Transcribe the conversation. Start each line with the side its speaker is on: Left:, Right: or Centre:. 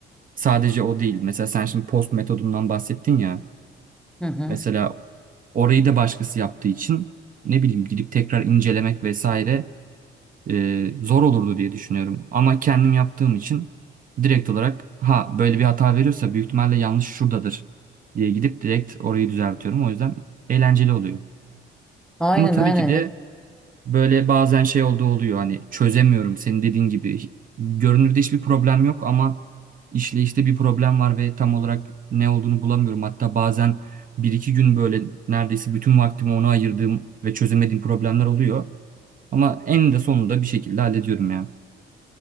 Right: sadece o değil. Mesela sen şimdi post metodundan bahsettin ya.
Centre: hı. hı.
Right: Mesela orayı da başkası yaptığı için ne bileyim gidip tekrar incelemek vesaire e, zor olurdu diye düşünüyorum. Ama kendim yaptığım için direkt olarak ha böyle bir hata veriyorsa büyük ihtimalle yanlış şuradadır diye gidip direkt orayı düzeltiyorum. O yüzden eğlenceli oluyor.
Centre: Aynen
Right: Ama tabii
Centre: aynen
Right: ki de Böyle bazen şey olduğu oluyor hani çözemiyorum senin dediğin gibi. Görünürde hiçbir problem yok ama işleyişte bir problem var ve tam olarak ne olduğunu bulamıyorum. Hatta bazen bir iki gün böyle neredeyse bütün vaktimi ona ayırdığım ve çözemediğim problemler oluyor. Ama en de sonunda bir şekilde hallediyorum ya.